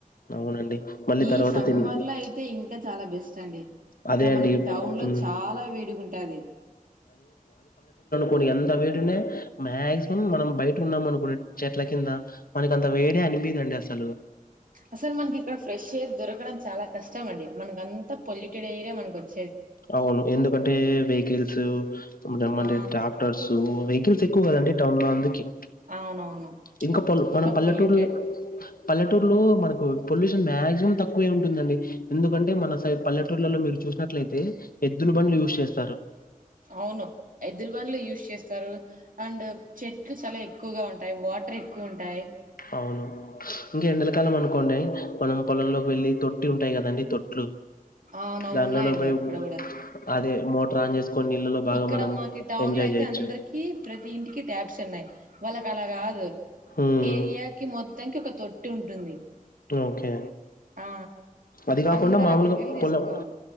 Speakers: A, on the left; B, on the right.
A: అవునండి మళ్ళీ
B: ఈ
A: తర్వాత
B: సమ్మర్
A: తిన్
B: లో అయితే ఇంకా చాలా బెస్ట్ అండి
A: అదే
B: ఇక్కడ
A: అండి
B: మనకి టౌన్
A: హ్మ్.
B: లో చాలా వేడిగా ఉంటాది
A: ఇప్పుడు ఎంత వేడి ఉన్న మాక్సిమం మనం బయట ఉన్నాం అనుకు చెట్ల కింద మనక అంత వేడే అ అనిపిదండీ అసలు
B: అసలు మనకి ఇక్కడ ఫ్రెష్ ఎయిర్ దొరకడం చాలా కష్టం అండి మనకంత పొల్యూటెడ్ ఎయిరే మనకు వచ్చ
A: అవును ఎందుకంటే వెహికల్స్ మ
B: ఆ
A: ట్రాక్టర్స్ వెహికల్స్ ఎక్కువ కదండి టౌన్ లో అందుకే
B: అవునవును
A: ఇంకా పల్
B: అంతా
A: మనం పల్లెటూరులో
B: పొల్యూటెడ్
A: పల్లెటూరులో మనకు పొల్యూషన్ మాక్సిమం తక్కువే ఉంటుందండి ఎందుకంటే మన సైడ్ పల్లెటూర్లలో మీరు చూసినట్లయితే ఎద్దులు బండ్లు యూజ్ చేస్తారు
B: అవును ఎద్దుల బండ్లు యూజ్ చేస్తారు అండ్ చెట్లు చాలా ఎక్కువగా ఉంటాయి వాటర్ ఎక్కువ ఉంటాయి
A: అవును ఇంకా ఎండలకాలం అనుకోండి మనం పొలంలోకి వెళ్లి తొట్టి ఉంటాయి కదండి తొట్లు
B: అవునవును
A: దాంట్లలో
B: ఉన్నాయండి
A: పోయి
B: అక్కడ కూడా
A: అదే మోటర్ ఆన్ చేసుకొని నీళ్ళలో బాగా
B: ఇక్కడ
A: మనం
B: మాకి టౌన్
A: ఎంజాయ్
B: లో అయితే
A: చేయొచ్చు
B: అందరికి ప్రతి ఇంటికి ట్యాబ్స్ ఉన్నాయి వాళ్ళకి అలా కాదు
A: హ్మ్
B: ఏరియాకి మొత్తానికి ఒక తొట్టి ఉంటుంది
A: ఓకే
B: ఆ
A: అది కాకుండా
B: అందరు
A: మామూలుగా
B: అక్కడికి వెళ్ళి తీసుకోవాల
A: పొలం